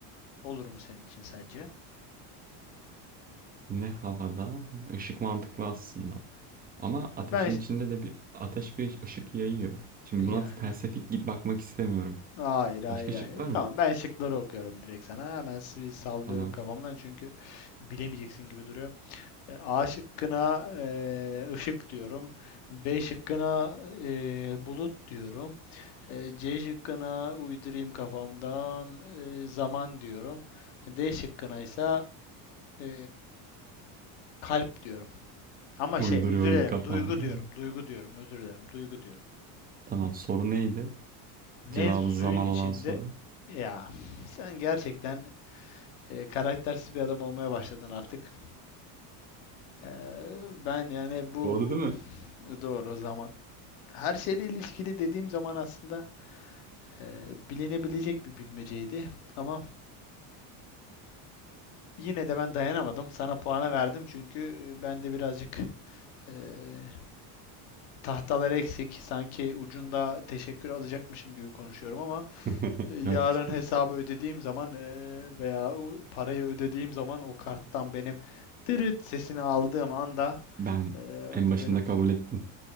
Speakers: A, on the left (about 70°); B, on the right (about 20°).
A: olur mu senin için sence?
B: Ne havada? Işık mantıklı aslında. Ama ateşin
A: Ben ş-
B: içinde de bir ateş bir ışık yayıyor. Şimdi
A: yani
B: buna felsefik git bakmak istemiyorum.
A: hayır hayır
B: Başka
A: hayır.
B: şık var
A: Tamam
B: mı?
A: ben şıkları okuyorum direkt sana. Hemen s- bir sallıyorum
B: Tamam.
A: kafamdan çünkü bilemeyeceksin gibi duruyor. E, A şıkkına e, ışık diyorum. B şıkkına e, bulut diyorum. E, C şıkkına uydurayım kafamdan e, zaman diyorum. D şıkkına ise e, kalp diyorum. Ama
B: Uyduruyorum
A: şey özür dilerim
B: kafamda.
A: duygu diyorum. Duygu diyorum özür dilerim duygu diyorum.
B: Tamam soru neydi?
A: Ne
B: Cevabı
A: suyun
B: zaman
A: içinde
B: olan soru.
A: ya sen gerçekten e, karaktersiz bir adam olmaya başladın artık. E, ben yani bu
B: Doğru değil mi?
A: doğru zaman. her şeyle ilişkili dediğim zaman aslında eee, bilinebilecek bir bilmeceydi. Ama yine de ben dayanamadım. Sana puanı verdim çünkü e, ben de birazcık eee tahtalar eksik. Sanki ucunda teşekkür alacakmışım gibi konuşuyorum ama
B: <laughs>
A: e, yarın
B: Yok canım.
A: hesabı ödediğim zaman eee, veya o parayı ödediğim zaman o karttan benim tırıt sesini aldığım anda
B: Ben
A: eee,
B: en
A: bu
B: başında
A: benim
B: kabul ettim.